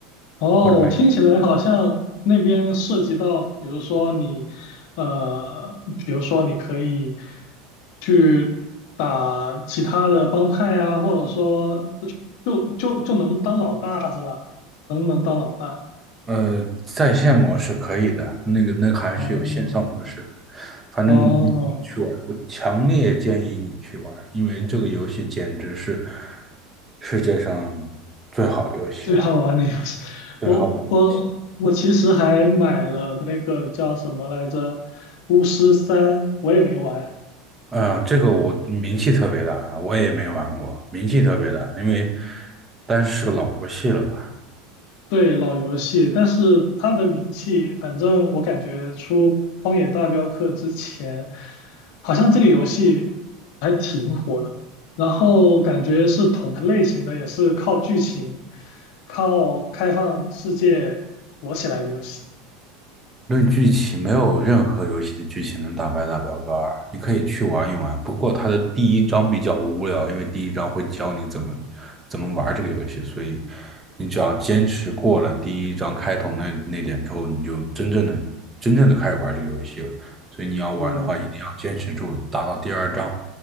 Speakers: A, on the left; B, on the right.
A: 哦，
B: 或者卖。
A: 我听起来好像那边涉及到，比如说你，呃，比如说你可以去打其他的帮派啊，或者说就就就能当老大是吧？能不能当老大？
B: 呃，在线模式可以的，那个那个还是有线上模式的。
A: 哦
B: 反正你去玩我强烈建议你去玩因为这个游戏简直是
A: 哦，
B: 世界上最好的游戏了，
A: 最好玩的游戏，
B: 最好玩的。
A: 我我我其实还买了那个叫什么来着，《巫师三》，我也没玩。
B: 嗯，这个我名气特别大啊，我也没玩过，名气特别大，因为但是是个老游戏了吧。
A: 对，老游戏，但是它的名气，反正我感觉出《荒野大镖客》之前，好像这个游戏还挺火的。然后感觉是同类型的，也是靠剧情、靠开放世界火起来的游戏。
B: 论剧情，没有任何游戏的剧情能打败《大表哥二》，你可以去玩一玩。不过它的第一章比较无聊，因为第一章会教你怎么怎么玩这个游戏，所以你只要坚持过了第一章开头那那点之后，你就真正的真正的开始玩这个游戏了。所以你要玩的话，
A: 哦，
B: 一定要坚持住，打到第二章，